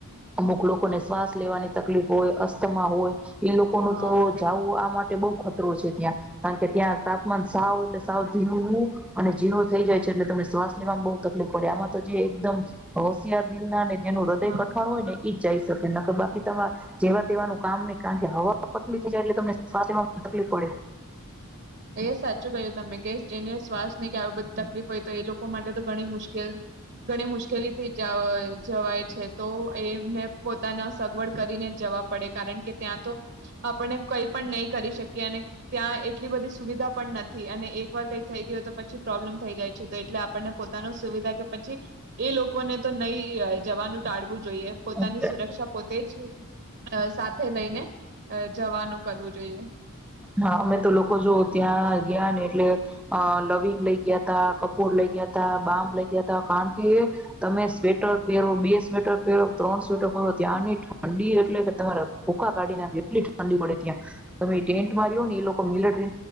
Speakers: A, in the centre; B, on the right.
A: અમુક લોકોને શ્વાસ લેવામાં તકલીફ અથવા અસ્થમા હોય એ લોકો ન
B: હા
A: તો
B: તે
A: <inaudible> જાવું આ માટે બઉ <unintelligible> કારણ કે ત્યાં તાપમાન સાવ ને સાવ નીચું અને ઝીરો થઈ જાય છે, તેથી શ્વાસ લેવામાં બો તકલીફ પડે છે. એમાં તો જે એકદમ હોશયાર અને જેનું હૃદય
B: હા
A: કઠણ હોય ને ઈ જાય. નક બાકી તમારે જેવા તેવાનું કામ નહી કારણ કે હવા તો પતલી જયારે તમને શ્વાસ લેવામાં તકલીફ પડે.
B: એ સાચું કહ્યું તમે કે જેને શ્વાસ ને કે આવી બધી તકલીફ હોય તો એ લોકો માટે તો ઘણી મુશ્કેલ ઘણી મુશ્કેલ થઈ જવાય તો એમને પોતાના સગવડ કરીને જ જવા પડે કારણ કે ત્યાં તો આપને કઈ પણ નહી કરી શકી અને ત્યાં એટલી બધી ત્યાં ખાસ સુવિધાઓ પણ નથી, અને એકવાર કંઈ સમસ્યા થઈ જાય તો મુશ્કેલી વધી શકે છે. તેથી પોતાની સુવિધા અને સુરક્ષાનું ધ્યાન રાખવું જરૂરી છે. એ લોકોને તો નહી જવાનું ટાળવું જોઈએ પોતાની
A: એટલે
B: સુરક્ષા પોતે જ સાથે લઈને <unintelligible> જવાનું કરવું જોઈએ.
A: હા, અમે જ્યારે ત્યાં ગયા ત્યારે લવિંગ, કપૂર અને બામ સાથે લઈ ગયા હતા. કારણ કે ત્યાં એટલી કડકડતી ઠંડી પડે છે કે તમે એક, બે કે ત્રણ સ્વેટર પહેરો તો પણ ઠંડી ઓછી લાગતી નથી. ત્યાં રહેવા માટે મિલિટરી